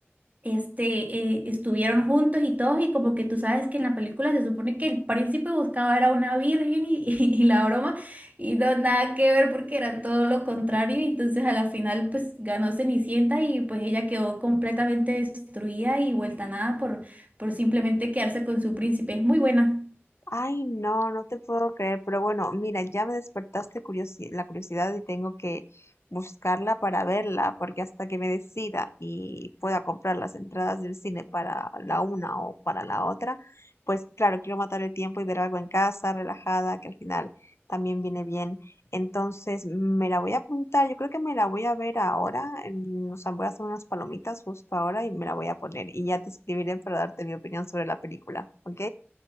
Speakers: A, on the right; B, on the left.
A: este, eh, estuvieron juntos y todos y como que tú sabes que en la película se supone que el príncipe buscaba era una virgen y, <laughs> y la broma y no nada que ver porque era todo lo contrario y entonces a la final pues ganó Cenicienta y pues ella quedó completamente destruida y vuelta a nada por, por simplemente quedarse con su príncipe. Es muy buena.
B: Ay, no, no te puedo creer, pero bueno, mira, ya me despertaste curiosi- la curiosidad y tengo que buscarla para verla, porque hasta que me decida y pueda comprar las entradas del cine para la una o para la otra, pues claro, quiero matar el tiempo y ver algo en casa, relajada, que al final también viene bien. Entonces, me la voy a apuntar, yo creo que me la voy a ver ahora, en- o sea, voy a hacer unas palomitas justo ahora y me la voy a poner y ya te escribiré para darte mi opinión sobre la película, ¿ok?